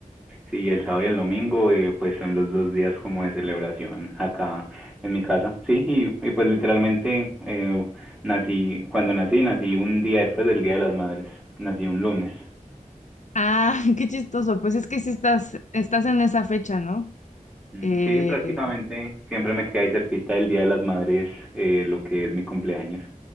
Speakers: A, in the centre; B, on the left.
A: Sí, el sábado y el domingo, eh, pues son los dos días como de celebración acá en mi casa. Sí, y, y pues literalmente eh, nací, cuando nací, nací un día después del Día de las Madres, nací un lunes.
B: Ah, <laughs> qué chistoso. Pues es que sí estás, estás en esa fecha, ¿no?
A: Mm,
B: Eh,
A: Sí, prácticamente siempre me quedé ahí cerquita del Día de las Madres, eh, lo que es mi cumpleaños.